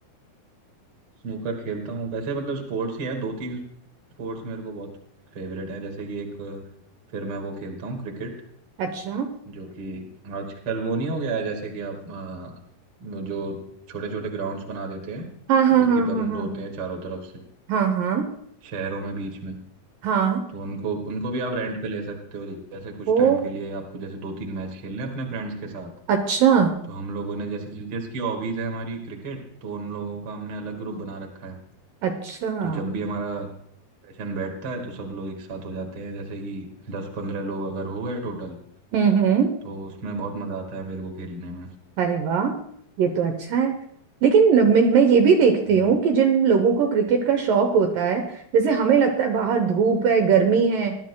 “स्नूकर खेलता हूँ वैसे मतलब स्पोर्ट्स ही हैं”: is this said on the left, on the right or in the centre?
Right